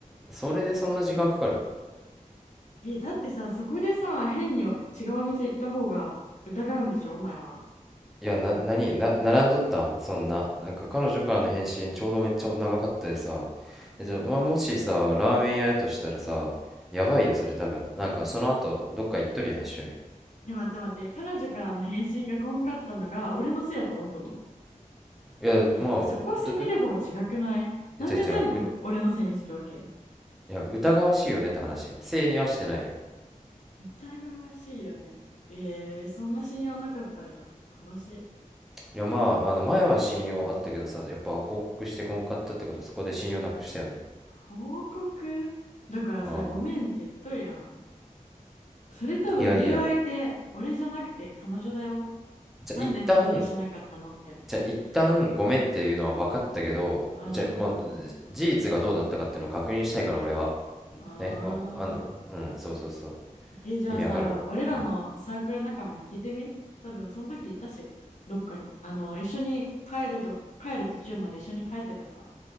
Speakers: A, in the centre; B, on the left.
A: それでそんな時間かかる
B: え、だってさ、そこでさ、変に違うお店行った方が疑うんでしょお前は。
A: いやな何な並んどったんそんななんか彼女からの返信ちょうどめっちゃ長かったでさえじゃあ、まあ、もしさラーメン屋やとしたらさやばいよそれ多分なんかその後どっか行っとるやん一緒に
B: え、待って待って。彼女からの返信がこんかったのが俺のせいやと思っとんの。
A: いやまあうだう
B: え、そこ責める方違くないなんで全部俺のせいにするわけ
A: じうじゃういや疑わしいよねって話正にはしてないよ
B: 疑わしいよね。えー、そんな信用なかったんや。悲しい。
A: いやまああの前は信用あったけどさやっぱ報告してこんかったってことそこで信用なくしたよね
B: 報告だからそれごめんって言っとるやん。
A: うん
B: それ多分言う相手、
A: いやいや
B: 俺じゃなくて彼女だよ。
A: じゃあ一旦
B: なんで返信しなかったのって。
A: じゃあ一旦ごめんっていうのは分かったけどじゃあもう事実がどうだったかっていうのを確認したいから俺は
B: うん。あー。
A: ねもうあんなうんそうそうそう
B: え、じゃあさ、
A: 意味わかるうん
B: 俺らのサークル仲間に聞いてみ多分その時いたし、どっかに。あの、一緒に帰ると、帰る途中まで一緒に帰ってたから。